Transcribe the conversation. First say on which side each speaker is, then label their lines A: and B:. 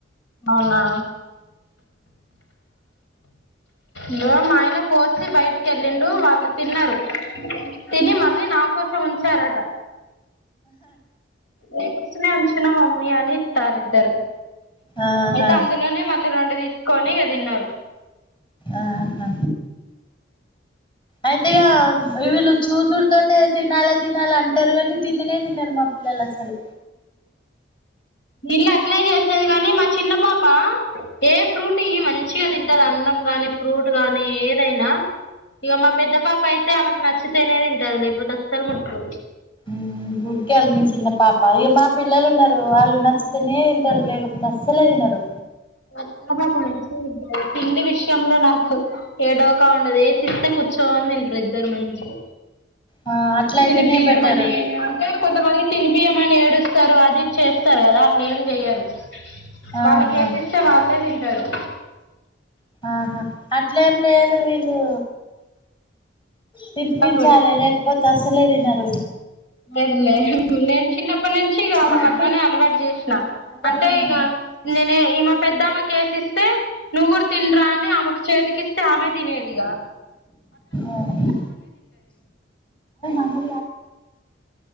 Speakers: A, on the left; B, on the left.
A: అవునా ఇగో మా ఆయన కోసి బయటికి వెళ్ళిండు వాళ్ళు తిన్నారు తిని మళ్ళీ నా కోసం ఉంచారట నీకోసమే ఉంచిన్నాం మమ్మీ అని యిత్తరు ఇద్దరు
B: ఆహా
A: అయితే అందులోనే మళ్ళీ రెండు తీసుకొని ఇగ తిన్నారు
B: ఆహా అయితే ఇగా వీళ్ళు చూసుడు తోటే తినాలే తినాలే అంటారు కాని తిననే తినరు మా పిల్లల అసలు
A: విళ్ళు అట్లే చేసేది కానీ మా చిన్న పాప ఏ ఫ్రూట్ ఇయ్యి మంచిగా తి టది అన్నం గాని ఫ్రూట్ గాని ఏదైనా ఇగా మా పెద్ద పాప అయితే ఆమెకి నచ్చితేనే తింటది లేకపోతే అసలు ముట్టుకోదు
B: ఉమ్ గు గల్ చిన్న పాప అయ్యో మా పిల్లలు ఉన్నారు వాళ్ళు నచ్చుతేనే తింటారు లేకపోతే అస్సలే తినరు
A: మా చిన్న పాప మంచిగా తింటది తిండి విషయంలో నాకు ఏడోకా ఉండదు ఏసి ఇస్తే కూర్చొని తింటారు ఇద్దరు మంచిగా
B: ఆ అట్లా
A: తినిపియమని
B: అయితేనే బెటరు
A: అంటే కొంతమంది తినిపి తినిపియమని ఏడుస్తారు అది చే థరు కదా అట్లా ఏమి చెయ్యరు వాళ్ల
B: ఆహా
A: కేసిస్తే వాళ్లే చలో
B: ఆహా అట్లేం లేదు వీళ్ళు థిన్‌పిన్‌చాలే
A: పక్కకు
B: లేకపోతే అసల్ అసలే తినారు
A: లేదలే నేను చిన్న అప్ప నుంచి ఇ
B: అది
A: అమెకుట్లనే
B: వద్దు
A: అలవాటు చేసిన
B: బగారన్నం
A: అంటే ఇక నేనే ఈ పెద్దమ్మ కేసిస్తే నువ్గురు తిండరా అని ఆ చేతికిస్స్త హమమెదినదిగా
B: ఉహుమ్ అది